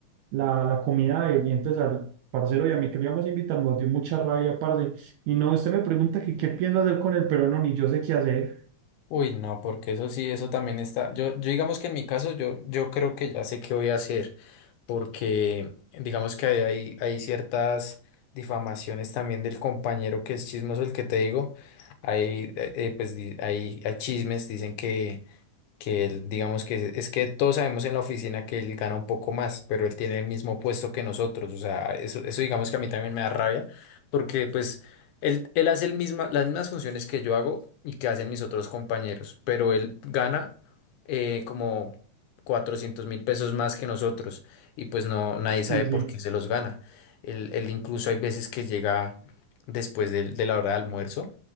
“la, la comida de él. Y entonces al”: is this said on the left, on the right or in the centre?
Right